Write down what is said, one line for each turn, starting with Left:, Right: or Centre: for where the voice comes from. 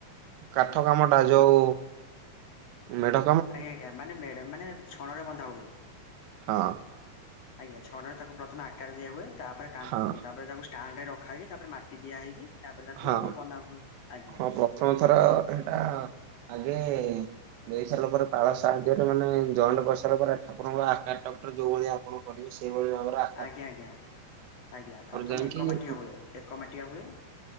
Right: କାଠ କାମଟା ଯଉ ମେଢ଼
Left: ଆଜ୍ଞା ଆଜ୍ଞା ମାନେ ମେଢ୍- ମାନେ ଛଣରେ ବନ୍ଧା ହୁଏ।
Right: ହଁ।
Left: ଆଜ୍ଞା ଛଣରେ ତାକୁ ପ୍ରଥମେ ଆକାର ଦିଆ ହୁଏ ତାପରେ କା-
Right: ହଁ
Left: ତାପରେ ତାକୁ ସ୍ ଷ୍ଟାଣ୍ଡ ରେ ରଖା ହେଇି କି ତାପରେ ମାଟି ଦିଆ ହେଇକି ତାପରେ ତାକୁ
Right: ହଁ
Left: ବନାହୁଏ ଆଜ୍ଞା।
Right: ହଁ ପ୍ରଥମ ଥର ହେଟା ଆଗେ ଦେଇ ସାରିଲା ପରେ ପାଳ ସାହାଯ୍ୟରେ ମାନେ ଜଏଣ୍ଟ୍ କରିସାରିଲା ପରେ ଆପଣଙ୍କୁ ଆକାର ଟା ପୁରା ଯଉ ଭଳିଆ ଆପଣ ସେଇଭଳି ଭାବରେ ଆ
Left: ଆଜ୍ଞା ଆଜ୍ଞା -ଆଜ୍ଞା ପ୍ରଥମେ
Right: ଯାଇକି
Left: ଏକ ମାଟିଆ ହୁଏ- ଏକ ମାଟିଆ ହୁଏ